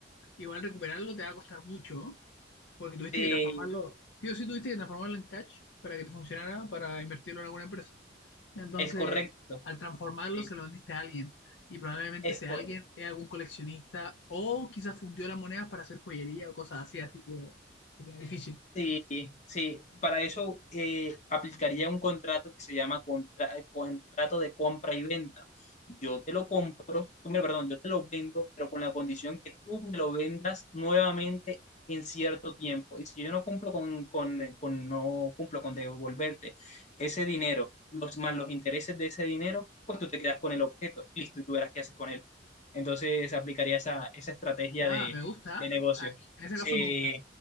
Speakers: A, on the left (about 70°); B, on the left (about 40°).
A: Igual recuperarlo te va a costar mucho, ¿no? Porque tuviste
B: Eh,
A: que transformarlo, sí o sí tuviste que transformarlo en cash para que te funcionara para invertirlo en alguna empresa. Entonces,
B: es correcto.
A: al transformarlo
B: Sí,
A: se lo vendiste a alguien. Y probablemente
B: es
A: ese
B: correcto.
A: alguien es algún coleccionista o quizás fundió las monedas para hacer joyería o cosas así, así que que es difícil.
B: Sí, sí, para eso eh, aplicaría un contrato que se llama contra- eh, contrato de compra y venta. Yo te lo compro, tú me- perdón, yo te lo vendo, pero con la condición que tú me lo vendas nuevamente en cierto tiempo. Y si yo no cumplo con, con, eh, con- no cumplo con devolverte ese dinero, los, más los intereses de ese dinero, pues tú te quedas con el objeto, listo, y tú verás qué haces con él. Entonces aplicaría esa, esa estrategia
A: Ah,
B: de,
A: me gusta.
B: de negocio.
A: Ah, en ese
B: Sí,
A: caso me gusta.